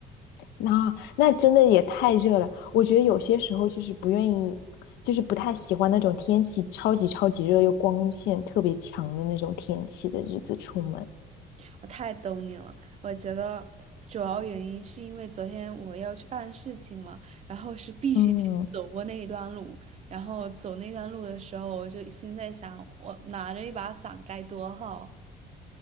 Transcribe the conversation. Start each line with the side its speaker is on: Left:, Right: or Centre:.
Left: 那、那真的也太热了，我觉得有些时候就是不愿意，就是不太喜欢那种天气超级超级热又光线特别强的那种天气的日子出门。
Right: 我太懂你了。我觉得主要原因是因为昨天我要去办事情嘛，然后是必须得走过那一段路，
Left: 嗯，
Right: 然后走那段路的时候，我就心在想，我拿着一把伞该多好。